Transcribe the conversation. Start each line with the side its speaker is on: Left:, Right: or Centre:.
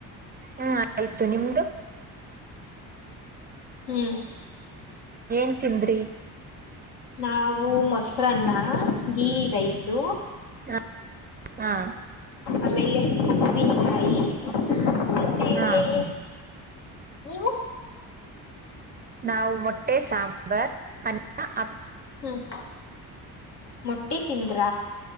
Right: ಹ್ಮ ಆಯ್ತು ನಿಮ್ದು.
Left: ಹ್ಮ್
Right: ಏನ್ ತಿಂದ್ರಿ
Left: ನಾವು ಮೊಸರನ್ನ ಗೀ ರೈಸು.
Right: ಹ ಹಾ
Left: ಆಮೇಲೆ ಉಪ್ಪಿನ್ಕಾಯಿ. ಸ್ವಲ್ಪೆಲ್ಲಿ
Right: ಹಾ
Left: ನೀವು.
Right: ನಾವು ಮೊಟ್ಟೆ ಸಾಂಬಾರ್ ಅನ್ನ ಅ.
Left: ಹ್ಮ್ ಮೊಟ್ಟೆ ತಿಂದ್ರ.